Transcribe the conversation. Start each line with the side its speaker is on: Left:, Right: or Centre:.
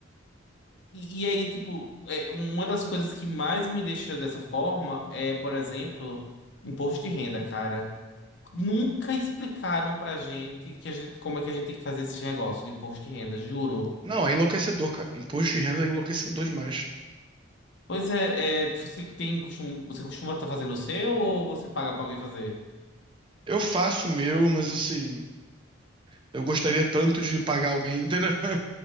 Left: E, e aí, tipo, é, uma das coisas que mais me deixa dessa forma é, por exemplo, imposto de renda, cara. Nunca explicaram pra gente, que a gente como é que a gente tem que fazer esse negócio de imposto de renda, juro.
Right: Não, é enlouquecedor, cara. Imposto de renda é enlouquecedor demais.
Left: Pois é, é, você tem costum, você costuma estar fazendo o seu ou você paga pra alguém fazer?
Right: Eu faço o meu, mas assim, eu gostaria tanto de pagar alguém, entendeu? <laughs>